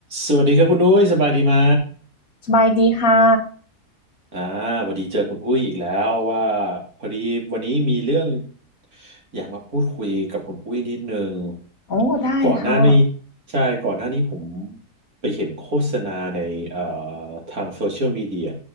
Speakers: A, on the right; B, on the left.
A: สวัสดีครับคุณอุ้ยสบายดีไหม
B: สบายดีค่ะ
A: อ่าพอดีเจอคุณอุ้ยอีกแล้วว่าพอดีวันนี้มีเรื่องอยากมาพูดคุยกับคุณอุ้ยนิดนึง
B: โอ้ ได้ค่ะ
A: ก่อนหน้านี้ใช่ก่อนหน้านี้ผมไปเห็นโฆษณาในเอ่อทางโซเชียลมีเดีย